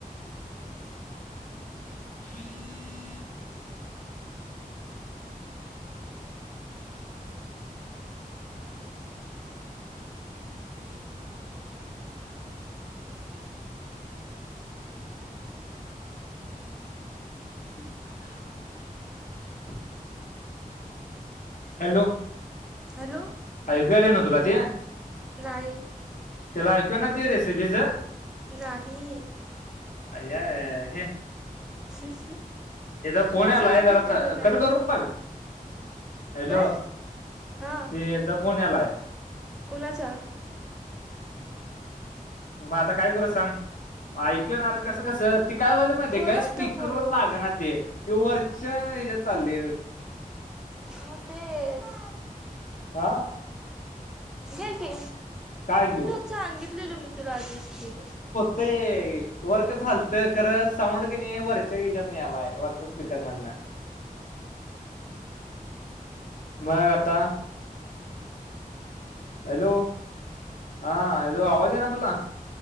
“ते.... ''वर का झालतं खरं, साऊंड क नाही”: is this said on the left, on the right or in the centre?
Left